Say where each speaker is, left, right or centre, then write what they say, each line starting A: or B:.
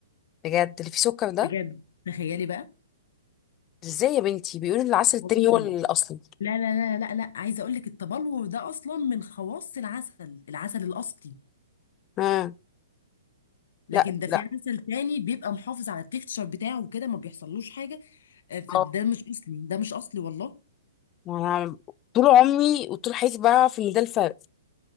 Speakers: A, on the left; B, on the left.
A: بجد اللي فيه سكر ده
B: بجد تخيلي بقى
A: ازاي يا بنتي بيقولوا إن العسل التاني
B: والله
A: هو الاصلي
B: لا لا لا لا لا عايزه اقول لك التبلور ده اصلا من خواص العسل العسل الاصلي
A: ها
B: لكن
A: لا
B: ده
A: لا
B: في عسل تاني بيبقى محافظ على التكتشر بتاعه وكده ما بيحصلوش حاجه آه، فده
A: اه
B: مش اصلي ده مش اصلي والله
A: انا طول عمري وطول حياتي بعرف ان ده الفرق